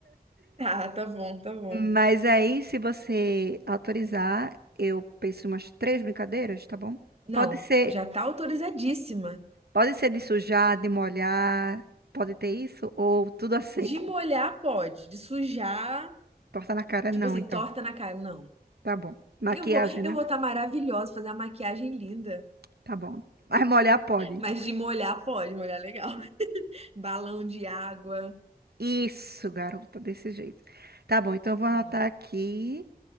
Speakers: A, on the right; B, on the right.
A: Ah, tá, tá, tá bom, tá bom.
B: Mas aí, se você autorizar, eu penso em umas três brincadeiras, tá bom?
A: Não,
B: Pode ser,
A: já tá autorizadíssima.
B: Pode ser de sujar, de molhar, pode ter isso? Ou tudo a seco?
A: De molhar pode, de sujar,
B: Torta na cara
A: tipo
B: não,
A: assim,
B: então.
A: torta na cara, não.
B: Tá bom. Maquiagem,
A: Eu vou,
B: né?
A: eu vou estar maravilhosa, fazer a maquiagem linda,
B: Tá bom. Mas molhar pode.
A: mas de molhar pode, molhar legal. <laughs> Balão de água,
B: Isso, garota, desse jeito. Tá bom, então eu vou
A: né?
B: anotar aqui.